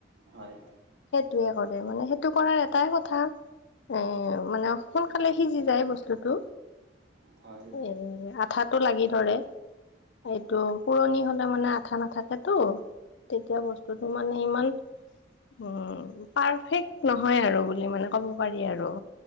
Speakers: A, on the right; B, on the left.
A: হয়।
B: সেইটোৱে কৰে মানে, সেইটো কৰাৰ এটাই কথা। এ মানে সোনকালে সিজি যায় বস্তুতো।
A: হয় হয়
B: এ আঠাটো লাগি ধৰে। এইটো পুৰণি হ'লে মানে আঠা নাথাকেতো, তেতিয়া বস্তুটো মানে ইমান উম, পাৰফেক্ট নহয় আৰু বুলি মানে ক'ব পাৰি আৰু।